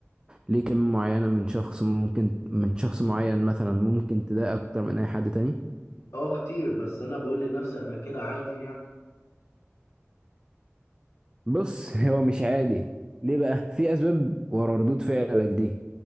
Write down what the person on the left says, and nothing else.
اه كتير بس انا بقول لنفسي انا كده عادي يعني